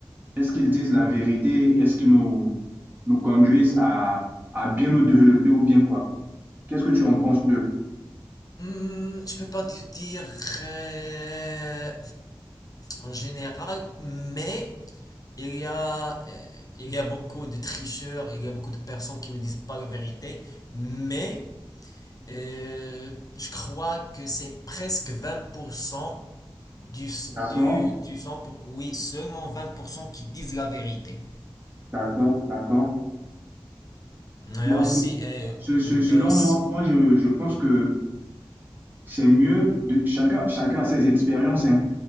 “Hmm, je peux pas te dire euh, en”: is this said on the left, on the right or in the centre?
Left